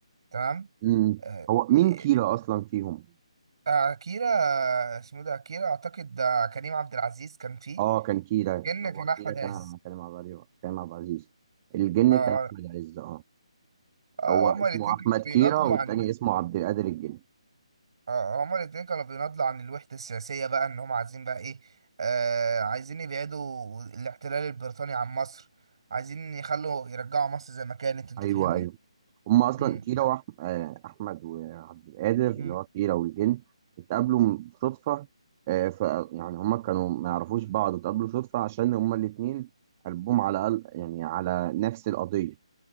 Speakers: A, on the right; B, on the right.
A: تمام
B: مم.
A: آه،
B: هو مين
A: يعني
B: كيرا اصلا فيهم
A: آه، اكيرا اسمه إيه ده اكيرا اعتقد ده كريم عبد العزيز كان فيه
B: اه كان كيرا
A: كان
B: هو
A: كان
B: كيرا
A: احمد
B: كان
A: عز
B: كان مع بعض كان مع عبد العزيز الجن
A: اه
B: كان احمد عز اه
A: اه
B: هو
A: آه،
B: اسمه
A: هما الاتنين
B: احمد
A: كانوا بيناضلوا
B: كيرا والتاني
A: عن
B: اسمه عبد القادر الجن
A: اه هما الاتنين كانوا بيناضلوا عن الوحدة السياسية بقى ان هما عايزين بقى ايه آه عايزين يبعدوا الاحتلال البريطاني عن مصر عايزين يخلوا يرجعوا مصر زي ما كانت انت
B: ايوه
A: فاهمني
B: ايوه هما اصلا
A: امم
B: كيرا واحمد وعبد القادر اللي
A: امم
B: هو كيرا والجن اتقابلوا م- صدفه آه، ف يعني هما كانوا ما يعرفوش بعض واتقابلوا صدفه عشان هما الاتنين قلبهم على قلب يعني على نفس القضيه اللي